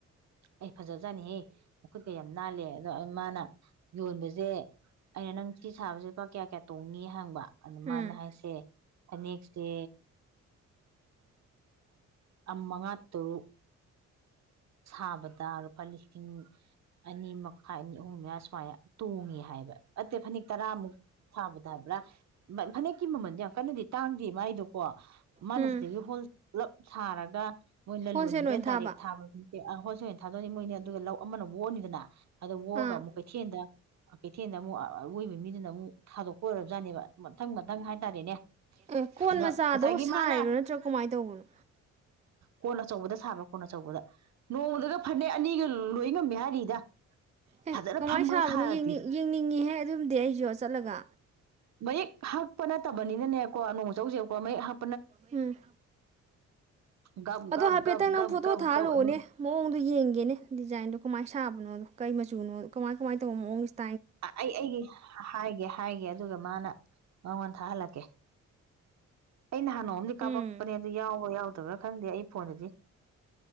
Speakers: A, on the right; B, on the right.
A: ꯑꯩ ꯐꯖꯕꯖꯥꯅꯤꯍꯦ ꯃꯈꯨꯠꯀ ꯌꯥꯝ ꯅꯥꯜꯂꯦ ꯑꯗꯣ ꯃꯥꯅ ꯌꯣꯟꯕꯁꯦ ꯑꯩꯅ ꯅꯪ ꯁꯤ ꯁꯥꯕꯁꯦ ꯂꯨꯄꯥ ꯀꯌꯥ ꯀꯌꯥ ꯇꯣꯡꯅꯤ ꯍꯪꯕ ꯑꯗ
B: ꯎꯝ
A: ꯃꯥꯅ ꯍꯥꯏꯁꯦ ꯐꯅꯦꯛꯁꯦ ꯑ ꯃꯉꯥ ꯇꯔꯨꯛ ꯁꯥꯕꯗ ꯂꯨꯄꯥ ꯂꯤꯁꯤꯡ ꯑꯅꯤ ꯃꯈꯥꯏ ꯑꯅꯤ ꯑꯍꯨꯝ ꯃꯌꯥ ꯁꯨꯃꯥꯏ ꯇꯣꯡꯉꯦ ꯍꯥꯏꯕ ꯑꯠꯇꯦ ꯐꯅꯦꯛ ꯇꯔꯥꯃꯨꯛ ꯁꯥꯕꯗ ꯍꯥꯏꯕ꯭ꯔꯥ ꯐꯅꯦꯛꯀꯤ ꯃꯃꯟꯗꯤ ꯌꯥꯝ ꯀꯟꯅꯗꯤ ꯇꯥꯡꯗꯦ ꯃꯥꯏꯗꯣꯀꯣ ꯃꯥꯅ
B: ꯎꯝ
A: ꯁꯤꯗꯒꯤ ꯍꯣꯜ ꯄꯨꯂꯞ ꯁꯥꯔꯒ ꯃꯣꯏ ꯂꯂꯣꯟꯕꯤꯗ
B: ꯍꯣꯜꯁꯦꯜ ꯑꯣꯏꯅ
A: ꯗꯥꯏꯔꯦꯛ
B: ꯊꯥꯕ
A: ꯊꯥꯕꯒꯤ ꯍꫭꯜꯁꯦꯟ ꯊꯥꯗꯣꯛꯅꯤ ꯃꯣꯏꯅꯤ ꯑꯗꯨꯒ ꯂꯧ ꯑꯃꯅ ꯋꫭꯛꯑꯅꯤꯗꯅ ꯑꯗꯣ ꯑꯣꯑꯒ
B: ꯑꯥ
A: ꯑꯃꯨꯛ ꯀꯩꯊꯦꯟꯗ ꯀꯩꯊꯦꯟꯗ ꯑꯃꯨꯛ ꯑꯋꯣꯏꯕ ꯃꯤꯗꯨꯅ ꯑꯃꯨꯛ ꯊꯥꯗꯣꯛꯄ ꯑꯣꯏꯔꯕꯖꯥꯠꯅꯦꯕ ꯃꯊꯪ ꯃꯊꯪ ꯍꯥꯏꯇꯥꯔꯦꯅꯦ
B: ꯑꯦ ꯀꯣꯟ
A: ꯑꯗꯣ
B: ꯃꯆꯥꯗꯣ
A: ꯉꯁꯥꯏꯒꯤ
B: ꯁꯥꯏꯔꯣ
A: ꯃꯥꯅ
B: ꯅꯠꯇ꯭ꯔꯥ ꯀꯃꯥꯏꯅ ꯇꯧꯕꯅꯣ
A: ꯀꯣꯟ ꯑꯆꯧꯕꯗ ꯁꯥꯕ꯭ꯔꯥ ꯀꯣꯟ ꯑꯆꯧꯕꯗ ꯅꯣꯡꯃꯗꯒ ꯐꯅꯦꯛ ꯑꯅꯤꯒ ꯂꯣꯏ ꯉꯝꯃꯦ ꯍꯥꯏꯔꯤꯗ
B: ꯑꯦ
A: ꯐꯖꯅ
B: ꯀꯃꯥꯏꯅ
A: ꯐꯝꯃꯒ
B: ꯁꯥꯕꯅꯣ
A: ꯁꯥꯔꯗꯤ
B: ꯌꯦꯡꯅꯤꯡ ꯌꯦꯡꯅꯤꯡꯉꯤꯍꯦ ꯑꯗꯨꯝꯗꯤ ꯑꯩꯁꯨ ꯆꯠꯂꯒ
A: ꯃꯌꯦꯛ ꯍꯛꯄ ꯅꯠꯇꯕꯅꯤꯅꯅꯦꯀꯣ ꯅꯣꯡꯃ ꯆꯧꯁꯦꯕꯀꯣ ꯃꯌꯦꯛ ꯍꯛ
B: ꯎꯝ
A: ꯒꯞ
B: ꯑꯗꯣ
A: ꯒꯞ
B: ꯍꯥꯏꯐꯦꯠꯇꯪ
A: ꯒꯞ
B: ꯅꯪ
A: ꯒꯞ
B: ꯐꯣꯇꯣ
A: ꯒꯞ
B: ꯊꯥꯍꯜꯂꯛꯑꯣꯅꯦ
A: ꯒꯞ ꯑꯗꯨꯝ
B: ꯃꯑꯣꯡꯗꯣ ꯌꯦꯡꯒꯦꯅꯦ ꯗꯤꯖꯥꯏꯟꯗꯣ ꯀꯃꯥꯏꯅ ꯁꯥꯕꯅꯣꯗꯣ ꯀꯩ ꯃꯆ ꯆꯨꯅꫭꯗꫭ ꯀꯃꯥꯏ ꯀꯃꯥꯏ ꯇꯧꯕ ꯃꯥꯑꫭꯡ
A: ꯑꯩ ꯑꯩꯒꯤ ꯍꯥꯏꯒꯦ ꯍꯥꯏꯒꯦ ꯑꯗꯨ ꯑꯗꯨꯒ ꯃꯥꯅ ꯃꯥꯉꯣꯟ ꯍꯥꯜꯂꯛꯀꯦ ꯑꯩꯅ ꯍꯥꯟꯅꯣꯝꯃꯗꯤ ꯀꯥꯞꯛꯄꯅꯦ
B: ꯎꯝ
A: ꯑꯗꯨ ꯌꯥꯎꯕ ꯌꯥꯎ ꯇꯕ꯭ꯔꯥ ꯈꯪꯗꯦ ꯑꯩ ꯐꯣꯟꯗꯗꯤ